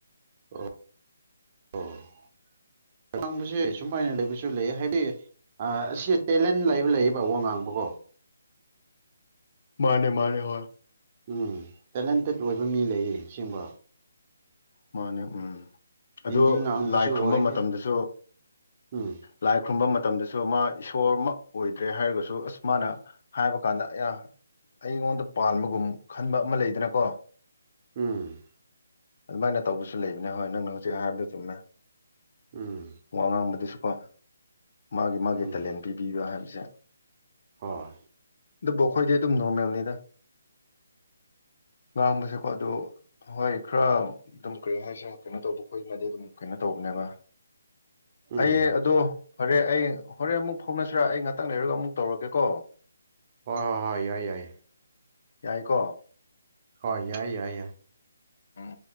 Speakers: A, on the right; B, on the left.
A: ꯑꯣ ꯑꯣ ꯉꯥꯡꯕꯁꯦ ꯁꯨꯃꯥꯏꯅ ꯂꯩꯕꯁꯨ ꯂꯩ ꯍꯥꯏꯗꯤ ꯑꯁꯤ ꯇꯦꯂꯦꯟ ꯂꯩꯕ ꯂꯩꯌꯦꯕ ꯋꯥ ꯉꯥꯡꯕꯀꯣ
B: ꯃꯥꯅꯦ ꯃꯥꯅꯦ ꯍꯣꯏ
A: ꯎꯝ ꯇꯦꯂꯦꯟꯇꯦꯠ ꯑꯣꯏꯕ ꯃꯤ ꯂꯩꯌꯦꯁꯦꯡꯕ
B: ꯃꯥꯅꯦ ꯎꯝ ꯑꯗꯨ
A: ꯍꯤꯟꯗꯤ ꯉꯥꯡꯕꯁꯨ
B: ꯂꯥꯏ ꯈꯨꯔꯨꯝꯕ
A: ꯑꯣꯏ
B: ꯃꯇꯝꯗꯁꯨ
A: ꯎꯝ
B: ꯂꯥꯏ ꯈꯨꯔꯨꯝꯕ ꯃꯇꯝ ꯃꯇꯝꯗꯁꯨ ꯃꯥ ꯏꯁꯣꯔꯃꯛ ꯑꯣꯏꯗ ꯒ꯭ꯔꯦ ꯍꯥꯏꯔꯒꯁꯨ ꯑꯁ ꯃꯥꯅ ꯍꯥꯏꯕ ꯀꯥꯟꯗ ꯑꯩꯉꯣꯟꯗ ꯄꯥꯟꯕꯒꯨꯝ ꯈꯟꯕ ꯑꯃ ꯂꯩꯗꯅꯀꯣ
A: ꯎꯝ
B: ꯑꯗꯨꯃꯥꯏꯅ ꯇꯧꯕꯁꯨ ꯂꯩꯕꯅꯦ ꯍꯣꯏ ꯅꯪꯅ ꯍꯧꯖꯤꯛ ꯍꯥꯏꯕꯗꯨ ꯆꯨꯝꯃꯦ
A: ꯎꯝ
B: ꯋꯥꯉꯝꯕꯗꯨꯁꯨ ꯀ <unintelligible> ꯃꯥꯒꯤ ꯃꯥꯒꯤ
A: ꯎꯝ
B: ꯇꯦꯂꯦꯟ ꯄꯤꯕꯤꯕ ꯍꯥꯏꯕꯁꯦ
A: ꯍꯣꯏ
B: ꯑꯕꯣ ꯈꯣꯏꯗ ꯗꯨꯝ ꯅꯣꯔꯃꯦꯜ ꯅꯤꯗ ꯉꯥꯡꯕ ꯁꯛꯄꯗꯥ ꯍꯣꯏ ꯈꯔ ꯑꯗꯨꯝ ꯀꯔꯤ ꯍꯥꯏꯁꯤꯔ ꯀꯩꯅꯣ ꯇꯧꯕ ꯈꯣꯏꯅꯗꯤ ꯑꯗꯨꯝ ꯀꯩꯅꯣ ꯇꯧꯕꯅꯦꯕ
A: ꯎꯝ
B: ꯑꯩ ꯑꯗꯣ ꯐꯔꯦ ꯑꯩ ꯍꯣꯔꯦꯟ ꯑꯃꯨꯛ ꯐꯥꯎꯅꯁꯤꯔꯥ ꯑꯩ ꯉꯥꯛꯇꯪ ꯂꯩꯔꯒ ꯑꯃꯨꯛ ꯇꯧꯔꯒꯦꯀꯣ
A: ꯍꯣꯏ ꯍꯣꯏ ꯍꯣꯏ ꯌꯥꯏ ꯌꯥꯏ
B: ꯌꯥꯏꯀꯣ
A: ꯍꯣꯏ ꯌꯥꯏ ꯌꯥꯏ ꯌꯥꯏ
B: ꯎꯝ ꯎꯝ